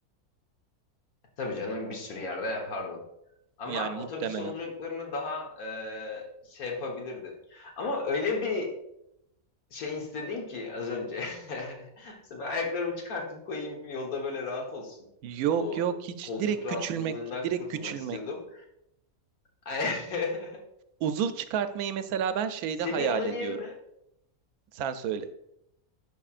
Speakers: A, on the left; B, on the right.
A: Tabii canım bir sürü yerde yapardın. Ama
B: yani
A: otobüs
B: muhtemelen.
A: yolculuklarını daha e, şey yapabilirdi. Ama öyle bir şey istedin ki az önce. <laughs> Mesela ben ayaklarımı çıkartıp koyayım yolda böyle rahat olsun.
B: Yok
A: O
B: yok hiç
A: koltuk
B: direkt
A: rahatsızlığından
B: küçülmek, direkt
A: kurtulmak
B: küçülmek.
A: istiyordum. <laughs>
B: Uzuv çıkartmayı mesela ben şeyde
A: Seni
B: hayal
A: onun
B: ediyorum.
A: yerine
B: Sen söyle.